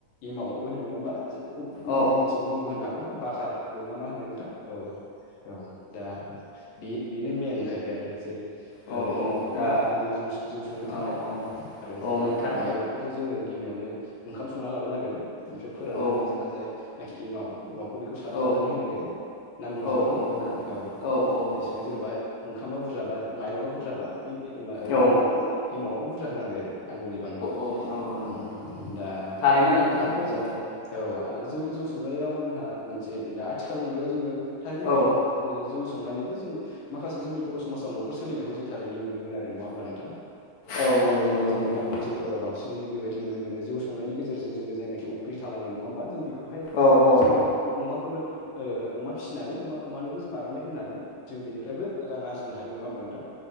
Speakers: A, on the left; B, on the left.
A: एमाव होनो नङा होमबा गुबुन
B: औ
A: गुबुनथिं गुबुनबो होनो हागौ नङा बाकारबो ना मा होनो नोंथां औ औ दा बे बेनो मेन जाहैबाय आरो जेरै ओ
B: औ औ
A: एमावखौ
B: दा
A: नांथारगोन जों जौ संनो
B: औ
A: थाखाय
B: औ
A: आरो जोंहा
B: औ नोंथां
A: माइरंखौहाय जोंङो गिबियावनो ओंखाम संना लाग्रोनांगोन ओमफ्राय फोराननानै
B: औ
A: जोंहा जायनाखि एमाव एमावखौ बेखौ सारलानानै
B: औ
A: होनांगोन नांगौ बिबांनि
B: औ औ होनांगोन
A: औ
B: औ
A: जेसेबां जेनबा ओंखामा बुरजाबा माइरंआ बुरजाबा
B: औ
A: माबायाबो एमावाबबो बुरजा होनांबाय आरो नांगौ बिबांनि
B: औ नंगौ
A: ओं
B: नंगौ नंगौ
A: दा
B: थारैनो नोंथां
A: आरोबाव जा
B: औ
A: औ जौ जौ संनायाव जोंहा मोनसे दा आथिखाल मुगायाव जोंङो थारैनो
B: औ
A: जौ संनानैबो जों माखासे जोंनि बर समाजाव नखर सोलिनायखौ जों थारैनो नुनो नुनो मोनो आरो नङा होमबा नोंथां
B: औ नंगौ
A: जेरै
B: नंगौ
A: जोंनि
B: नंगौ
A: गामि ओनसोलफोराव बांसि नैनो बेबायदि नुनो मोनो जौ संनायनि गेजेरजों जोंङो जायनाखि अफ्रि थालांङो नङा होमबा जों बेखौ खौहाय
B: औ औ
A: जोंङो अमाफोरनो ओ अमा फिसिनानै अमा अमानोबो जों आरामै होनानै जों बिनिफ्रायबो रां आरजिनो हायो नङा होमबा नोंथां